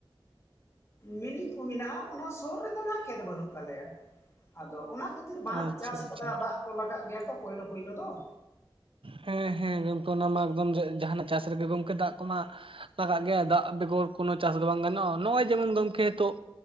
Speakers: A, on the left (about 30°); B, on the right (about 75°).
A: ᱢᱤᱱᱤᱝ ᱠᱚ ᱢᱮᱱᱟᱜᱼᱟ, ᱚᱱᱟ ᱥᱩᱨ ᱨᱮᱫᱚ ᱱᱟᱦᱟᱜ ᱠᱷᱮᱛ ᱵᱟᱹᱱᱩᱜ ᱛᱟᱞᱮᱭᱟ, ᱟᱫᱚ ᱚᱱᱟ ᱠᱷᱟᱹᱛᱼᱼ ᱵᱟᱝᱞᱮ
B: ᱟᱪᱪᱷᱟ
A: ᱪᱟᱥ
B: ᱟᱪᱪᱷᱟ
A: ᱠᱟᱫᱟ ᱫᱟᱜ ᱠᱚ ᱞᱟᱜᱟᱜ ᱜᱮᱭᱟ ᱛᱚ ᱯᱳᱭᱞᱳ ᱯᱳᱭᱞᱳ ᱫᱚ ᱾
B: ᱦᱮᱸ ᱦᱮᱸ ᱜᱚᱢᱠᱮ, ᱚᱱᱟ ᱢᱟ ᱮᱠᱫᱚᱢ ᱡᱟᱦᱟ ᱱᱟᱜ ᱪᱟᱥ ᱨᱮᱜᱮ ᱜᱚᱝᱠᱮ ᱫᱟᱜ ᱠᱚᱢᱟᱼᱼ ᱞᱟᱜᱟᱜ ᱜᱮᱭᱟ ᱫᱟᱜ ᱵᱮᱜᱚᱨ ᱠᱳᱱᱳ ᱪᱟᱥ ᱫᱚ ᱵᱟᱝ ᱜᱟᱱᱚᱜᱼᱟ ᱾ ᱱᱚᱜᱼᱚᱭ ᱡᱮᱢᱚᱱ ᱜᱚᱝᱠᱮ ᱮᱛᱚᱜᱼᱼ